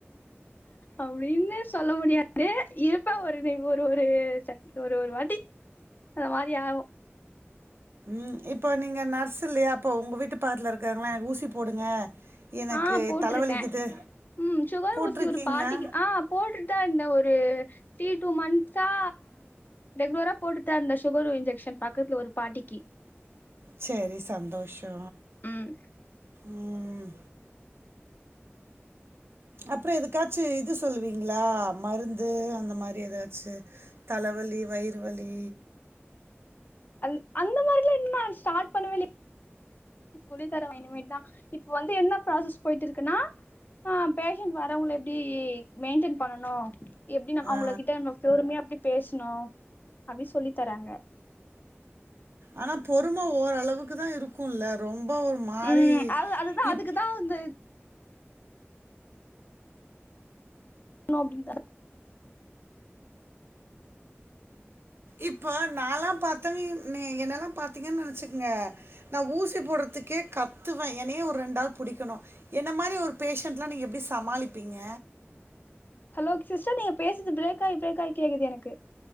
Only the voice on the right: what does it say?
ம் இப்ப நீங்க நர்ஸ் இல்லயா அப்போ உங்க வீட்டு பாக்கத்துல இருக்காங்ல்ல எனக்கு ஊசி போடுங்க எனக்கு
தலைவலிக்குது
போட்டிருக்கீங்களா?
செரி சந்தோஷோ
ம் அப்றொ எதுக்காச்சு இது சொல்லுவீங்ளா மருந்து அந்த மாரி எதாச்சு தலவலி வயிறு வலி
ஆ.
ஆனா பொறும ஓரளவுக்கு தா இருக்குல்ல ரொம்ப ஒரு மாரி
இப்
இப்ப நாலா பாத்த நீ என்ன எல்லா பாத்தீங்கன்னு வெச்சுகுங்க நா ஊசி போடுறதுக்கே கத்துவே எனையே ஒரு ரெண்டாள் புடிக்கணு என்ன மாரி ஒரு பேஷன்ட் ல்லா நீங்க எப்பிடி சமாளிப்பீங்க